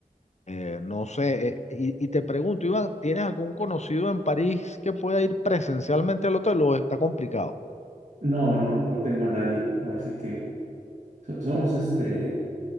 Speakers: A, on the left; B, on the right.
A: eh, no sé, eh, y, y te pregunto, Iván, ¿tienes algún conocido en París que pueda ir presencialmente al hotel o está complicado?
B: No, no, no tengo a nadie. Ahora sí que so- somos este,